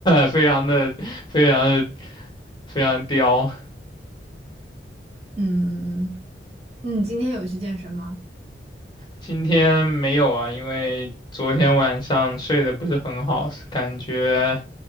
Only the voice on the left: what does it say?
<laughs> 非常的非常的非常刁。
今天没有啊，因为昨天晚上睡得不是很好，感觉